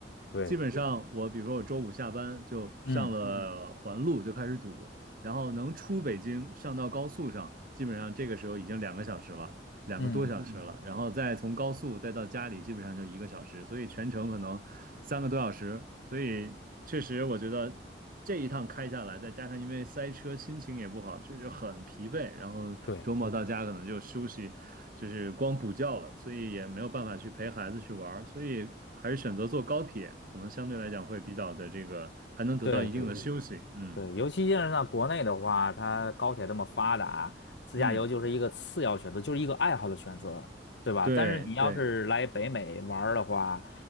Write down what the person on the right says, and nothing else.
基本上我比如说我周五下班就上了环路就开始堵，
然后能出北京上到高速上，基本上这个时候已经两个小时了。两个多小时嗯了，
然后再从高速再到家里，基本上就一个小时，所以全程可能三个多小时，所以确实我觉得这一趟开下来，再加上因为塞车，心情也不好，就是很疲惫，然后周末到家可能就休息，
就是光补觉了，所以也没有办法去陪孩子去玩儿，所以还是选择坐高铁，可能相对来讲会比较的这个，还能得到一定的对休息，
嗯
嗯，
对对